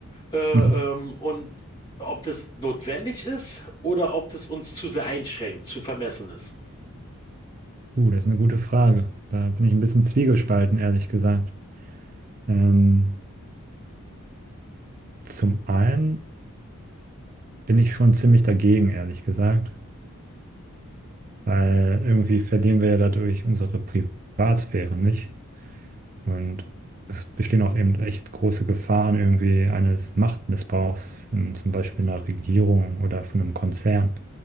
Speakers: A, on the left; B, on the right.
A: äh, ähm,
B: Mhm.
A: und ob das notwendig ist oder ob das uns zu sehr einschränkt, zu vermessen ist.
B: Uh, das ist eine gute Frage. Da bin ich ein bisschen zwiegespalten, ehrlich gesagt. Ähm, zum einen bin ich schon ziemlich dagegen, ehrlich gesagt, weil irgendwie verlieren wir ja dadurch unsere Privatsphäre, nicht? Und es bestehen auch eben echt große Gefahren irgendwie eines Machtmissbrauchs von zum Beispiel einer Regierung oder von einem Konzern.